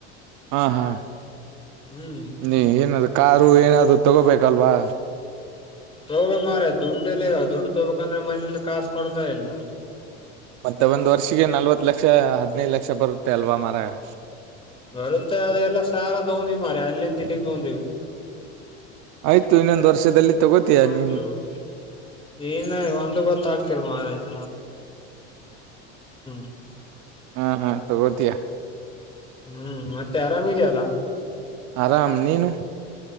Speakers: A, on the right; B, on the left.
A: ಹಾ ಹಾ
B: ಹುಂ
A: ನೀ ಏನದ ಕಾರು ಏನಾದರು ತೊಗೋಬೇಕಲ್ವಾ
B: ತಗೋಬೇಕ ಅಂದರೇ ಮಾರಾಯಾ ದುಡ್ಡ ಇಲ್ಲಿವ ದುಡ್ಡು ತಗೋಬೇಕಂದ್ರೆ ಮನೇಲಿ ಕಾಸು ಕೊಡ್ತಾ ಇಲ್ಲಾ
A: ಮತ್ತೆ ಒಂದ್ ವರ್ಷಿಗೆ ನಲ್ವತ್ತು ಲಕ್ಷ ಹದಿನೈದು ಲಕ್ಷಾ ಬರುತ್ತೆ ಅಲ್ವಾ ಮರಾಯಾ
B: ಬರುತ್ತೆ ಅದೆಲ್ಲೂ ಸಾಲ ತಗೊಂಡಿವಿ ಮಾರಾಯಾ ಅಲ್ಲಿಂತ ಇಲ್ಲಿಗ್ ತಗೊಂಡಿವಿ
A: ಆಯ್ತು ಇನ್ನೊಂದು ವರ್ಷದಲ್ಲಿ ತಗೋತೀಯ
B: <unintelligible>
A: ನೀನು
B: ಏನ್ ಒಂದು ಗೊತ್ತಾಗ ಆಗ್ತಿಲ್ಲ ಮಾರಯಾ <unintelligible>
A: ಹಾ ಹಾ ತಗೋತಿಯಾ
B: ಹಾ ಮತ್ತೆ ಆರಾಮ್ ಇದ್ಯಾಯಲ್ಲಾ
A: ಆರಾಮ ನೀನು